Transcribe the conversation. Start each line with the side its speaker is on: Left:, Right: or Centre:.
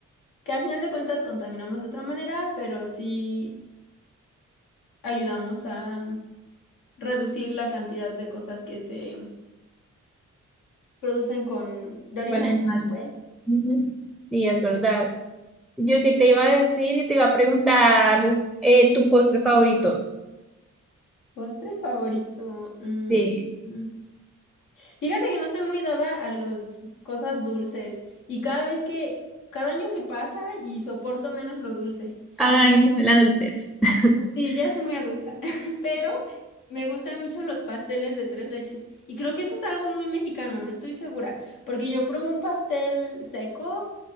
Left: que a final de cuentas contaminamos de otra manera, pero sí ayudamos a reducir la cantidad de cosas que se producen con, de origen
Centre: Bueno,
Left: animal, pues.
Centre: Ujú. Sí, es verdad. Yo que te iba a decir y te iba a preguntar eh, tu postre favorito
Left: Postre favorito. mm,
Centre: de...
Left: mm. Fíjate que no soy muy dada a las cosas dulces y cada vez que, cada año que pasa y soporto menos lo dulce.
Centre: Ay, no, la adultez. <laughs>
Left: Sí, ya soy muy adulta, <laughs> pero me gustan mucho los pasteles de tres leches. Y creo que eso es algo muy mexicano, no estoy segura, porque yo pruebo un pastel seco